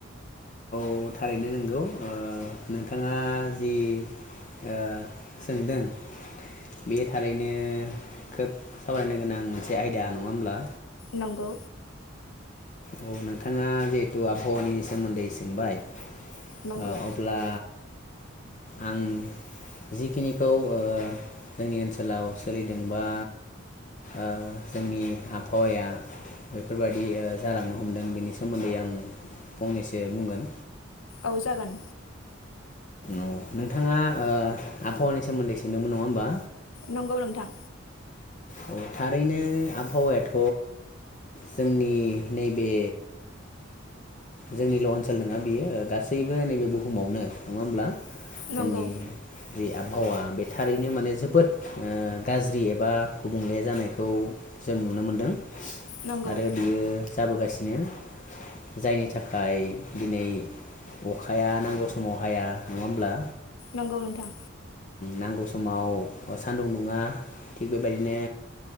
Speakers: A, on the left (about 35°); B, on the left (about 85°).
A: औ थारैनो नोंगौ ओ नोंथाङा जि ओ सोंदों बे थारैनो खोब सावरायनो गोनां मोनसे आयदा नङा होमब्ला?
B: नंगौ
A: औ नोंथाङा जिहेथु आबहावानि सोमोन्दै सोंबाय
B: नंगौ
A: ओ अब्ला आं जिखिनिखौ ओ जोंनि ओनसोलाव सोलिदों बा ओ जोंनि आबहावाया बेफोरबायदि ओ जालांनो हमदों बेनि सोमोन्दै आं फंनैसो बुंगोन।
B: औ जागोन
A: औ नोंथाङा ओ आबहावानि सोमोन्दै सोंदोंमोन नङा होमबा?
B: नंगौ नोंथां
A: औ थारैनो आबहावायाथ' जोंनि नैबे जोंनिल' ओनसोल नङा बियो गासैबो नैबे बुहुमावनो नङा होमब्ला? जोंनि
B: नंगौ
A: जि आबहावा बे थारैनो माने जोबोद ओ गाज्रि एबा गुबुंले जानायखौ जों नुनो मोन्दों।
B: नंगौ
A: आरो बियो जाबोगासिनो नो जायनि थाखाय दिनै अखाया नांगौ समाव हाया नङा होमब्ला?
B: नंगौ नोंथां
A: नांगौ समाव सान्दुं दुङा थिग बे बेबायदिनो